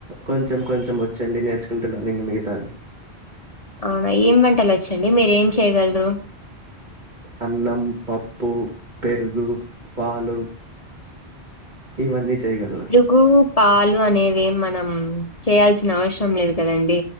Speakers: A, on the right; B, on the left.
A: కొంచెం కొంచెం వచ్చండి నేర్చుకుంటున్నాను ఇంగ మిగతాది
B: అవునా ఏం వంటలు వచ్చండి మీరు ఏం చేయగలరు
A: అన్నం పప్పు పెరుగు పాలు ఇవన్ని చేయగలను
B: గు పాలు అనేవి మనం చేయాల్సిన అవసరం లేదు కదండి